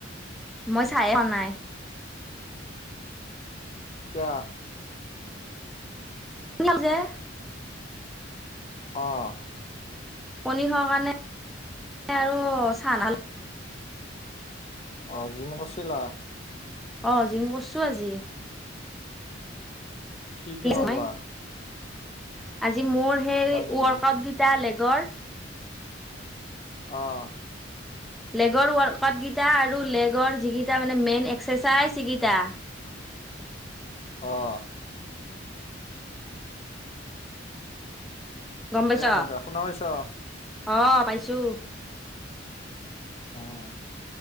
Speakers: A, in the centre; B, on the left.
A: মই চাহে খোৱা নাই।
B: কিয়?
A: <unintelligible>
B: অঁ।
A: কনী খোৱা কাৰণে <unintelligible> আৰু চাহ নাখালোঁ।
B: অঁ' জিম গৈছিলা?
A: অঁ' জিম গৈছোঁ আজি।
B: কি কি মাৰিলা?
A: মই আজি মোৰ সেই
B: হয় নেকি
A: ৱৰ্কআউট কেইটা লেগৰ।
B: অঁ।
A: লেগৰ ৱৰ্কআউট কেইটা আৰু লেগৰ যিকেইটা মানে মেইন এক্সাৰচাইজ সিকিটা।
B: অ।
A: গম
B: ঠিকে
A: পাইছ,
B: আছে দিয়া শুনা পাইছা
A: অ পাইছোঁ।
B: উম,